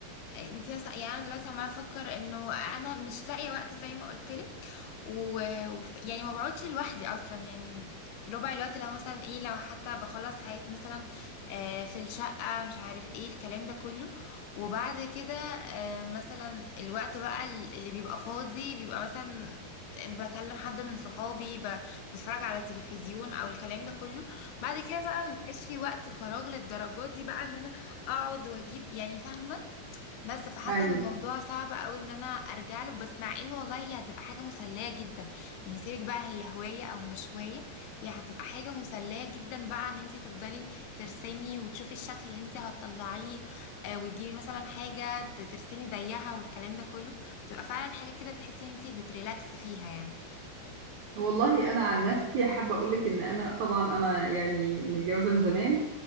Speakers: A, on the left; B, on the right.
A: انت مثلا يعني انا دلوقتي عماله افكر انه انا مش لاقيه وقت زي ما قلت لك و... وف... يعني ما بقعدش لوحدي اصلا يعني ربع الوقت لو مثلا ايه لو حتى بخلص حاجات مثلا آه في الشقه مش عارف ايه الكلام ده كله وبعد كده آه مثلا الوقت بقى اللي بيبقى فاضي بيبقى مثلا بكلم حد من صحابي ب... بتفرج على التلفزيون او الكلام ده كله بعد كده بقى مبيبقاش في وقت فراغ للدرجات دي بقى ان انا اقعد واجيب يعني فاهمه بس فحاسه
B: ايوه
A: ان الموضوع صعب قوي ان انا ارجع له بس مع انه والله هي هتبقى حاجه مسليه جدا يعني سيبك بقى هي هوايه او مش هوايه هي هتبقى حاجه مسليه جدا بقى ان انت تفضلي ترسمي وتشوفي الشكل اللي انت هتطلعيه آه وتجيبي مثلا حاجه ت- ترسمي زيها والكلام ده كله بتبقى فعلا حاجه كده بتحسي ان انت بتريلاكس فيها يعني
B: والله انا عن نفسي حابه اقول لك ان انا طبعا انا يعني متجوزه من زمان